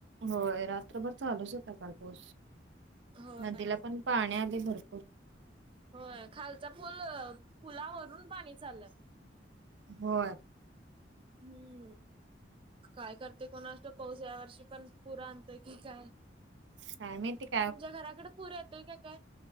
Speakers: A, on the right (about 80°); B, on the right (about 30°).
A: होय रात्रभर चालूच होता चाल
B: होय
A: नदीला पण पाणी आले भरपूर
B: होय खालचा पूल पुलावरून पाणी चाललंय
A: हो
B: हम्म काय करते कोणा असल पाऊस या वर्षी पण पुूर आणत की काय
A: साम त
B: तुमच्या घराकडें पूर येतय काय